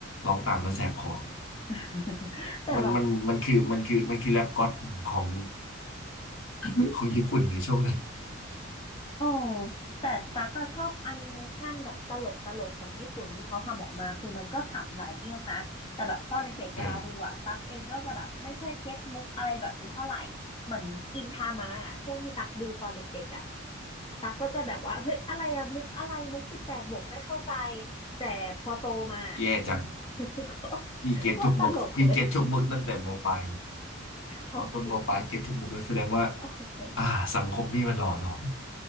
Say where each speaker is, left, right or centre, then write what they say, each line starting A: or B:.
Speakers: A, on the left; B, on the left.
A: ร้องตามแล้วแสบคอ
B: <laughs> แต่แบบ
A: มันมันมันคือมันคือมันคือแรปก็อดของ <laughs> ของญี่ปุ่นในช่วงนั้น
B: อ๋อแต่ตั๊กอชอบแอนิเมชันแบบตลกตลกของญี่ปุ่นที่เขาทำออกมาคือมันก็ขำหลายเรื่องนะ แต่แบบตอนเด็กๆเวลาดูอะตั๊กเองก็จะแบบไม่ค่อยเก็ตมุกอะไรแบบนี้เท่าไหร่เหมือนกินทามะอะช่วงที่ตั๊กดูตอนเด็กๆอะ
A: เออ
B: ตั๊กก็จะแบบว่าเฮ้ยอะไรอะมุกอะไรมุกสิบแปดบวกไม่เข้าใจแต่พอโตมา
A: แย่จัง
B: <laughs>
A: พี่เก็ตทุกมุกพี่เก็ตทุกมุกตั้งแต่มปลายเลย
B: โคตรโคตรตลกเลยโอเค
A: ว่าต้นมปลายเก็ตทุกมุกเลยแสดงว่า
B: โอเค
A: อ่าสังคมพี่มันหล่อหลอม